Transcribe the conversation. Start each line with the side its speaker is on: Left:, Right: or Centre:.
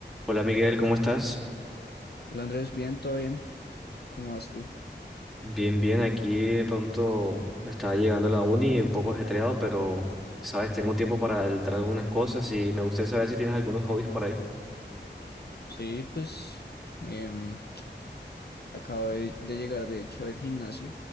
Centre: Hola Miguel, ¿cómo estás?
Left: Hola Andrés, bien, todo bien. ¿Cómo vas tú?
Centre: Bien, bien, aquí de pronto estaba llegando a la uni un poco ajetreado, pero sabes, tengo tiempo para entrar algunas cosas y me gustaría saber si tienes algunos hobbies por ahí.
Left: Sí, pues em, acabo de, de llegar de hecho del gimnasio.